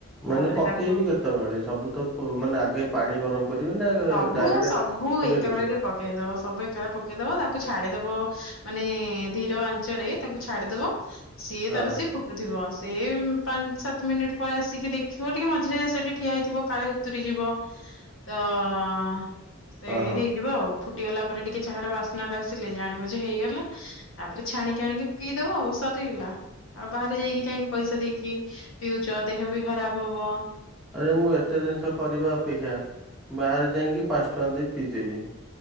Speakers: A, on the left; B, in the centre.
A: ତାପରେ
B: ମାନେ ପକେଇବି
A: ତାକୁ
B: କେତେବେଳେ ସବୁ ତ ମାନେ ଆଗେ ପାଣି ଗରମ କରିବି ନା
A: ସବୁ
B: ଡାଇରେକ୍ଟ
A: ସବୁ
B: ପକେଇଦେବି
A: ଏକା ବଳେକେ ପକେଇ ଦବ ସବୁ ଏକାବେଳେ ପକେଇଦବ ତାକୁ ଛାଡିଦବ ମାନେ ଧୀର ଆ ଚରେ ତାକୁ ଛାଡିଦବା ସିଏ
B: ହଁ
A: ତାର
B: ହଁ
A: ସିଏ ଫୁଟୁଥିବ ସେ ପାଞ୍ଚ ସାତ ମିନିଟ ପରେ ଆସିକି ଦେଖିବ ଟିକେ ମଝିରେ ସେଠି ଠିଆ ହେଇଥିବ କାଳେ ଉତୁରିଯିବ ତ ହଁ ସେ
B: ହଁ ହଁ
A: ହେଇଯିବ ଆଉ ଫୁ ଫୁଟିଗଲା ପରେ ଟିକେ ଚାହାର ବାସ୍ନା ଟା ଆସିଲେ ଜାଣିବ ଯେ ହେଇଗଲା ତାପରେ ଛାଣିକି ଆଣିକି ପିଇଦବ ଆଉ ସରିଗଲା ଆଉ ବାହାରେ ଯାଇକି କାଇଁକି ପଇସା ଦେଇକି ପିଉଚ ଦେହ ବି ଖରାପ ହବ।
B: ଆରେ ମୁଁ ଏତେ ଜିନିଷ କରିବା ଅପେକ୍ଷା ବାହାରେ ଯାଇକି ପାଞ୍ଚ ଟଙ୍କା ଦେଇ ପିଇଦେବି।